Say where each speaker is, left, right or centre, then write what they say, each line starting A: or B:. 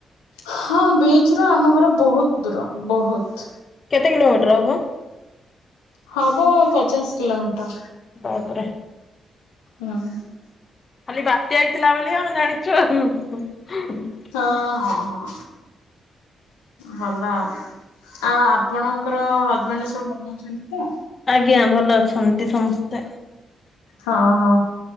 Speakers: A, on the left (about 85°); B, on the left (about 45°).
A: ହଁ ବିଚ ରୁ ଆମ ଘର ବହୁତ ଦୂର ବହୁତ।
B: କେତେ କିଲୋମିଟର ହବ?
A: ହବ ପଚାଶ କିଲୋମିଟର।
B: ବାପରେ
A: <inaudible>
B: ଖାଲି ବାତ୍ୟା ହେଇଥିଲା ବୋଲି ଆମେ ଜାଣିଛୁ
A: ହଁ ହଁ ହଁ ଭଲ ଆଉ ଆଉ ଆପଣଙ୍କର ହଜବେଣ୍ଡ ସବୁ ଭଲ ଅଛନ୍ତି ତ
B: ଆଜ୍ଞା ଭଲ ଅଛନ୍ତି ସମସ୍ତେ
A: ହଁ ହଁ